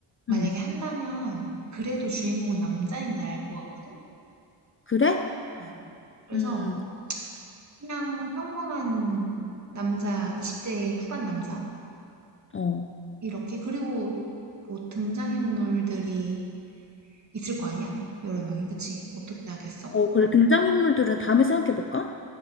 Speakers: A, on the right (about 40°); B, on the left (about 30°).
A: 만약에
B: 음,
A: 한다면 그래도 주인공은 남자인 게 나을 것 같거든?
B: 그래?
A: 어. 그래서
B: 음,
A: 그냥 평범한 남자, 20대 후반 남자?
B: 어.
A: 이렇게. 그리고 뭐 등장인물들이 있을 거 아니야? 여러 명이. 그치? 어떻게 하겠어?
B: 어, 그래. 등장인물들은 다음에 생각해볼까?